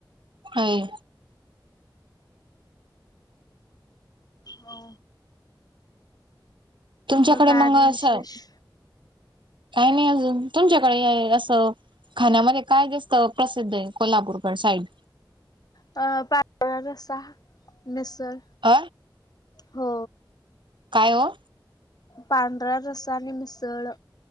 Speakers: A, on the right (about 80°); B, on the left (about 55°).
A: आय,
B: हो.
A: तुमच्याकडे
B: काय
A: मग
B: आणि विशेष
A: असं, काही नाही अजून, तुमच्याकडे असं खाण्यामध्ये काय जास्त प्रसिद्ध आहे कोल्हापूरगड साइड.
B: अ पांढरा रस्सा, मिसळ
A: अ,
B: हो.
A: काय ओ
B: पांढरा रसा आणि मिसळ